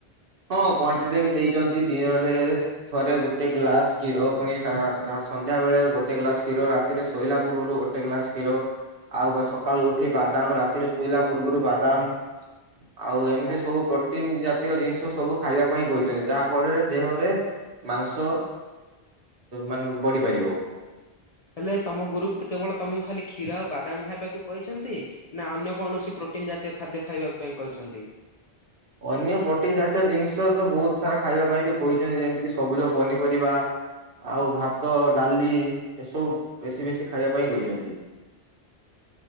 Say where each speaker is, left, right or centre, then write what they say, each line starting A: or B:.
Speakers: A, on the right; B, on the left.
A: ହଁ କ୍ଵାଣ୍ଟିଟି ବି ଦେଇଛନ୍ତି ଦିନରେ ଥରେ ଗୋଟେ ଗ୍ଲାସ କ୍ଷୀର ପୁଣି ସନ୍ଧ୍ୟା ବେଳେ ଗୋଟେ ଗ୍ଲାସ କ୍ଷୀର ରାତିରେ ଶୋଇଲା ପୂର୍ବରୁ ଗୋ ଗୋଟେ ଗ୍ଲାସ କ୍ଷୀର ଆଉ ସକାଳୁ ଉଠି ବାଦାମ ରାତିରେ ଶୋଇଲା ପୂର୍ବରୁ ବାଦାମ ଆଉ ଏମିତି
B: ଆ
A: ସବୁ ପ୍ରୋଟିନ ଜାତୀୟ ଜିନିଷ ସବୁ ଖାଇବା ପାଇଁ କହିଛନ୍ତି ଯାହା ଫଳରେ ଦେହରେ ମାଂସ ମାନେ ବଢି ପାରିବ।
B: ହେଲେ ତମ ଗୁରୁ କେବଳ ତମକୁ ଖାଲି କ୍ଷୀର ଆଉ ବାଦାମ ଖାଇବାକୁ କହିଛନ୍ତି। ନା ଅନ୍ୟ କୌଣସି ପ୍ରୋଟିନ ଜାତୀୟ ଖାଦ୍ୟ ଖାଇବା ପାଇଁ କହିଛନ୍ତି।
A: ଅନ୍ୟ ପ୍ରୋଟିନ ଜାତୀୟ ଜିନିଷ ତ ବହୁତ ସାରା ଖାଇବା ପାଇଁ ବି କହିଛନ୍ତି ଯେମିତିକ ସବୁଜ ପନିପରିବା ଆଉ ଭାତ ଡାଲି ଏସବୁ ବେଶୀ ବେଶୀ ଖାଇବା ପାଇଁ କହିଛନ୍ତି।